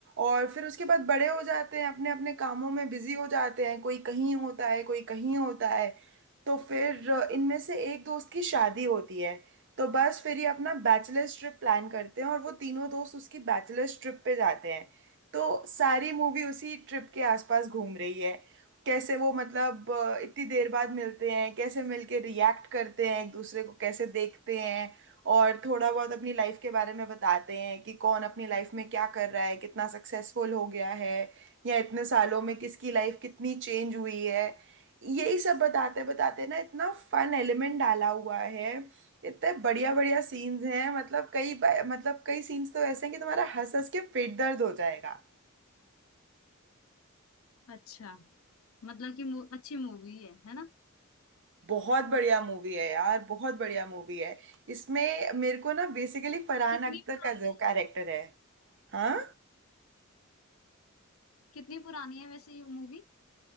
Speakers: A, on the right; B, on the left.
A: और फिर उसके बाद बड़े हो जाते हैं अपने अपने कामों में बिजी हो जाते हैं कोई कहीं होता है कोई कहीं होता है तो फिर अ, इनमें से एक दोस्त की शादी होती है तो बस फिर ये अपना बैचलर्स ट्रिप प्लान करते हैं और वो तीनों दोस्त उसकी बैचलर्स ट्रिप पे जाते हैं तो सारी मूवी उसी ट्रिप के आसपास घूम रही है कैसे वो मतलब अ, इतनी देर बाद मिलते हैं कैसे मिलके रिएक्ट करते हैं एक दूसरे को कैसे देखते हैं और थोड़ा बहुत अपनी लाइफ के बारे में बताते हैं कि कौन अपनी लाइफ में क्या कर रहा है कितना सक्सेसफुल हो गया है या इतने सालों में किसकी लाइफ कितनी चेंज हुई है यही सब बताते बताते ना इतना फन एलिमेंट डाला हुआ है इतने बढ़िया बढ़िया सीन्स हैं मतलब कई बार मतलब कई सीन्स तो ऐसे हैं कि तुम्हारा हंस हंस के पेट दर्द हो जाएगा
B: अच्छा मतलब कि मू, अच्छी मूवी है है ना
A: बहुत बढ़िया मूवी है यार बहुत बढ़िया मूवी है इसमें मेरे को ना बेसिकली फरहान
B: कितनी
A: अख्तर
B: पुरानी
A: का जो
B: है
A: कैरेक्टर है हाँ
B: कितनी पुरानी है वैसे ये मूवी